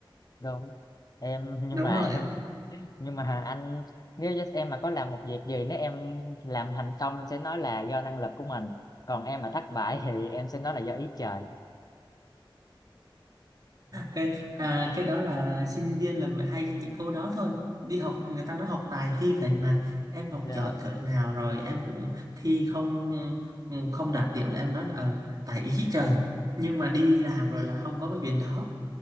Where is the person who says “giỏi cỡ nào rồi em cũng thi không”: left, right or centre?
Right